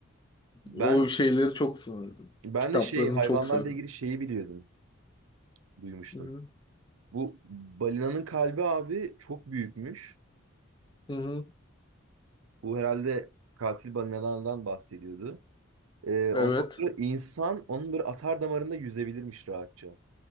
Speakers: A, on the right (about 80°); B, on the left (about 20°).
A: Ben
B: o şeyleri çok severdim.
A: ben
B: Kitaplarını
A: de şey hayvanlarla
B: çok severim.
A: ilgili şeyi biliyordum, duymuştum.
B: Hı hı.
A: Bu balinanın kalbi abi çok büyükmüş.
B: Hı hı.
A: Bu herhalde katil balinalardan bahsediyordu. Ee,
B: Evet.
A: ondan sonra insan onun böyle atar damarında yüzebilirmiş rahatça.